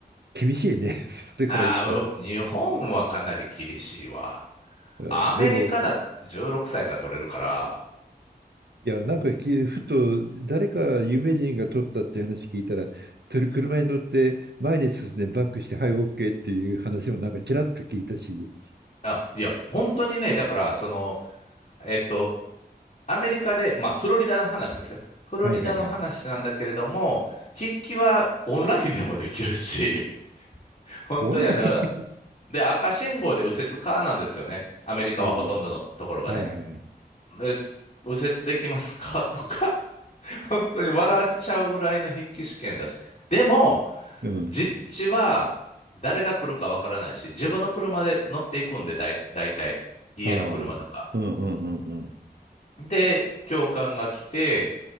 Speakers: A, on the right (about 90°); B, on the left (about 45°).
A: 厳しいね、<laughs> それからいくと。
B: ああ、う日本はかなり厳しいわ。
A: うんでも、
B: アメリカだと16歳から取れるから、
A: いや、なんかきふと誰か有名人が取ったって話聞いたら、とり車に乗って前に進んでバックして、はい、OK っていう話もなんかちらっと聞いたし、
B: あ、いや、本当にね、だから、その、えっと、アメリカで、まあ、フロリダの話ですよ。フロリダの話なんだけれども、
A: はいはいはい。
B: 筆記はオンラインでもできるし、<laughs> 本当にあの、
A: オンライン、
B: だからで、赤信号で右折かなんですよね。アメリカはほとんどのところがね。
A: ああ、はいはいはい。
B: です右折できますかとか本当に笑っちゃうぐらいの筆記試験だし。でも、
A: うん。
B: 実地は誰が来るかわからないし、自分の車で乗っていくんで、だい、たい家の車とか。
A: はあ。うんうんうんうん。
B: で、教官が来て、